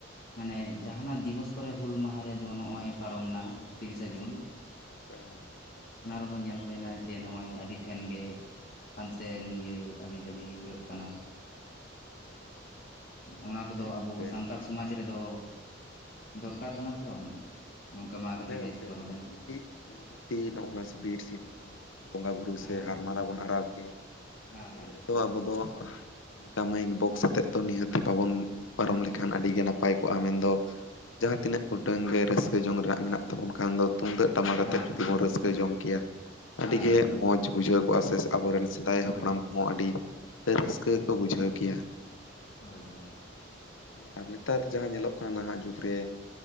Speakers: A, on the left; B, on the left.
A: ᱢᱟᱱᱮ ᱡᱟᱦᱟᱸᱱᱟᱜ ᱫᱤᱵᱚᱥ ᱠᱚᱨᱮ ᱦᱩᱞ ᱢᱟᱦᱟ ᱨᱮ ᱡᱮᱢᱚᱱ ᱱᱚᱜᱼᱚᱭ ᱯᱟᱨᱚᱢ ᱱᱟ ᱛᱤᱨᱤᱥᱟ ᱡᱩᱱ
B: ᱯᱮᱸᱝ᱾
A: ᱚᱱᱟ ᱨᱮᱦᱚᱸ ᱧᱮᱞ ᱦᱩᱭᱱᱟ ᱡᱮ ᱱᱚᱜᱼᱚᱭ ᱟᱹᱰᱤ ᱴᱷᱮᱱ ᱜᱮ ᱯᱟᱱᱥᱮᱱ ᱤᱭᱟᱹ ᱦᱟᱹᱵᱤ ᱡᱟᱹᱵᱤ ᱦᱳᱭᱳᱜ ᱠᱟᱱᱟ᱾ ᱚᱱᱟ ᱠᱚᱫᱚ
B: ᱦᱮᱸ ᱜᱚᱝᱠᱮ
A: ᱟᱵᱚ ᱥᱟᱱᱛᱟᱲ ᱥᱚᱢᱟᱡᱽ ᱨᱮᱫᱚ ᱫᱚᱨᱠᱟᱨ ᱠᱟᱱᱟ ᱥᱮ ᱵᱟᱝ? ᱜᱚᱝᱠᱮ ᱢᱟ ᱠᱟᱹᱴᱤᱡ
B: ᱦᱮᱸ
A: ᱞᱟᱹᱭ
B: ᱜᱚᱝᱠᱮ
A: ᱥᱚᱫᱚᱨ
B: ᱱᱤᱦᱟᱹᱛᱤ
A: ᱟᱵᱮᱱ?
B: ᱱᱤᱦᱟᱹᱛᱤ ᱱᱚᱜᱼᱚᱱᱟ ᱵᱤᱨ ᱥᱤᱫᱩ- ᱠᱟᱹᱱᱦᱩᱣᱟᱜ ᱵᱚᱸᱜᱟᱼᱵᱩᱨᱩ ᱥᱮ
A: ᱦᱮᱸ
B: ᱦᱟᱨ ᱢᱟᱞᱟ ᱵᱚᱱ ᱟᱨᱟᱣ ᱠᱮᱫ
A: ᱦᱮᱸ
B: ᱱᱤᱭᱟᱹ
A: ᱦᱮᱸ
B: ᱨᱮᱫᱚ ᱟᱵᱚ ᱫᱚ ᱚᱱᱠᱟ ᱢᱟᱭᱤᱠ ᱵᱚᱠᱥ ᱟᱛᱮᱫ ᱫᱚ ᱱᱤᱦᱟᱹᱛᱤ ᱵᱟᱵᱚᱱ ᱯᱟᱨᱚᱢ ᱞᱮᱠᱷᱟᱱ ᱟᱹᱰᱤ ᱜᱮ ᱱᱟᱯᱟᱭ ᱠᱚᱜᱼᱟ ᱢᱮᱱᱫᱚ ᱡᱟᱦᱟᱸ ᱛᱤᱱᱟᱹᱜ ᱜᱚᱴᱟᱝ ᱜᱮ ᱨᱟᱹᱥᱠᱟᱹ ᱡᱚᱝ ᱨᱮᱱᱟᱜ ᱢᱮᱱᱟᱜ ᱛᱟᱵᱚᱱ ᱠᱷᱟᱱ ᱫᱚ ᱛᱩᱢᱫᱟᱹᱜ ᱴᱟᱢᱟᱠ
A: ᱦᱮᱸ
B: ᱟᱛᱮᱫ ᱡᱩᱫᱤ
A: ᱦᱮᱸ
B: ᱵᱚᱱ ᱨᱟᱹᱥᱠᱟᱹ ᱡᱚᱝ ᱠᱮᱭᱟ᱾ ᱟᱹᱰᱤ
A: ᱦᱮᱸ
B: ᱜᱮ
A: ᱦᱮᱸ
B: ᱢᱚᱡᱽ ᱵᱩᱡᱷᱟᱹᱣ ᱠᱚᱜᱼᱟ ᱥᱮ ᱟᱵᱚᱨᱮᱱ ᱥᱮᱫᱟᱭ
A: ᱦᱳᱭ
B: ᱦᱟᱯᱲᱟᱢ ᱠᱚᱦᱚᱸ ᱟᱹᱰᱤ ᱨᱟᱹᱥᱠᱟᱹ ᱜᱮᱠᱚ ᱵᱩᱡᱷᱟᱹᱣ ᱠᱮᱭᱟ᱾
A: ᱦᱳᱭ ᱦᱳᱭ᱾
B: ᱦᱮᱸ ᱟᱨ ᱱᱮᱛᱟᱨ ᱡᱟᱦᱟᱸ ᱧᱮᱞᱚᱜ ᱠᱟᱱᱟ ᱱᱟᱦᱟᱜ ᱡᱩᱜᱽ ᱨᱮ